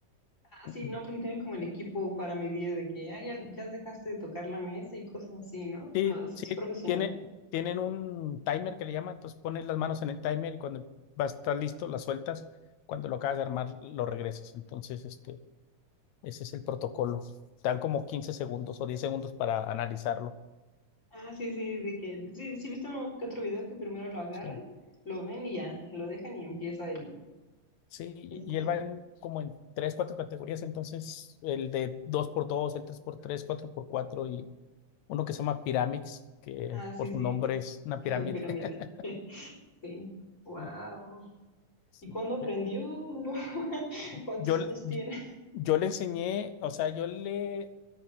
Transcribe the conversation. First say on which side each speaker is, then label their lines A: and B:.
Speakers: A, on the left; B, on the left.
A: Ah,
B: Ujú.
A: sí, no, porque tienen como el equipo para medir de que, ah, ya, ya dejaste de tocar la mesa y cosas así, ¿no?
B: Sí,
A: Más
B: sí,
A: profesional.
B: tiene, tienen un timer que le llaman, entonces pones las manos en el timer y cuando va a estar listo, las sueltas, cuando lo acabas de armar, lo regresas. Entonces, este, ese es el protocolo. Dan como 15 segundos o 10 segundos para analizarlo.
A: Ah, sí, sí, de que, sí, sí, he visto uno que otro video que primero lo agarran,
B: Sí,
A: lo ven y ya, lo dejan y empieza el
B: sí, y
A: El timer.
B: y él va en, como en tres, cuatro categorías, entonces el de dos por dos, el tres por tres, cuatro por cuatro y uno que se llama Pyramix, que
A: Ah, sí,
B: por su
A: sí,
B: nombre es una
A: <laughs>
B: pirámide.
A: en pirámide.
B: <laughs>
A: <laughs> Sí. Wow.
B: Y- sí,
A: ¿Y cuándo aprendió?
B: eh,
A: <laughs> ¿Cuántos
B: Yo, le-
A: años
B: yo,
A: tiene?
B: yo le enseñé, o sea, yo le,